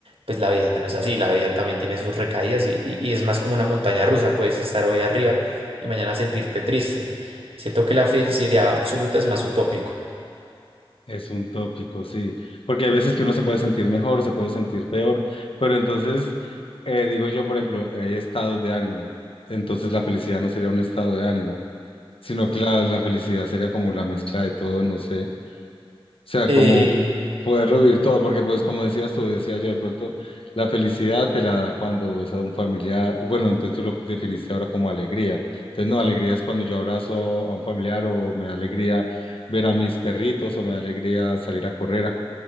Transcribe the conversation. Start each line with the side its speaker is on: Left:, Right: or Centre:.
Right: pues la vida no es así, la vida también tiene sus recaídas y, y y es más como una montaña rusa, puedes estar hoy arriba y mañana sentirte triste. Siento que la felicidad absoluta es más utópico.
Left: es un tópico, sí. Porque hay veces que uno se puede sentir mejor, se puede sentir peor, pero entonces, eh, digo yo, por ejemplo, hay estados de ánimo, entonces la felicidad no sería un estado de ánimo, sino que la, la felicidad sería como la mezcla de todo, no sé. O sea,
Right: Eh,
Left: como poderlo vivir todo, porque pues como decías tú, decía yo, de pronto la felicidad te la da cuando ves a un familiar, bueno, entonces tú lo definiste ahora como alegría. Entonces, no, alegría es cuando yo abrazo a un familiar o me da alegría ver a mis perritos o me da alegría salir a correr. a-